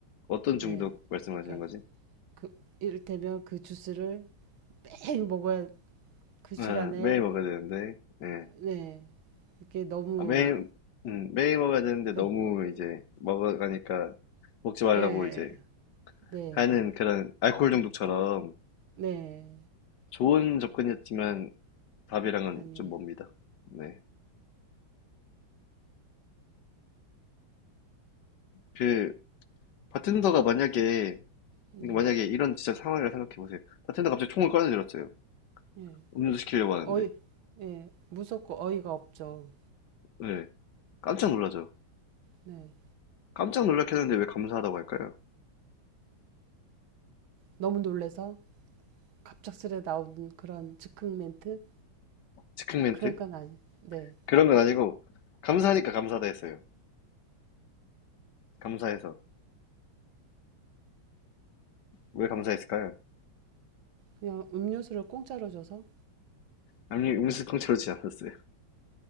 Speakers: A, on the left; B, on the right.
A: 어떤 중독
B: 네.
A: 말씀하시는
B: 그러니까
A: 거지?
B: 그, 이를테면 그 주스를 매일 먹어야 그 시간에
A: 아, 매일 먹어야 되는데, 예.
B: 네. 이게 너무
A: 아, 매일, 음, 매일 먹어야 되는데
B: 그러니까
A: 너무 이제 먹어가니까 먹지 말라고
B: 예.
A: 이제
B: 네.
A: 하는 그런 알코올 중독처럼
B: 네.
A: 좋은 접근이었지만 답이랑은
B: 아니에요.
A: 좀 멉니다. 네. 그 바텐더가 만약에
B: 네.
A: 이거 만약에 이런 진짜 상황이라 생각해 보세요. 바텐더가 갑자기 총을 꺼내들었어요.
B: 예.
A: 음료수 시키려고 하는데.
B: 어이 예. 무섭고 어이가 없죠.
A: 네. 깜짝 놀라죠.
B: 네.
A: 깜짝 놀랐겠는데 왜 감사하다고 할까요?
B: 너무 놀래서 갑작스레 나온 그런 즉흥 멘트
A: 즉흥 멘트?
B: 그런 건 아니. 네.
A: 그런 건 아니고 감사하니까 감사하다 했어요. 감사해서. 왜 감사했을까요?
B: 그냥 음료수를 공짜로 줘서
A: 아니, 음료수 통째로 주지 않았어요.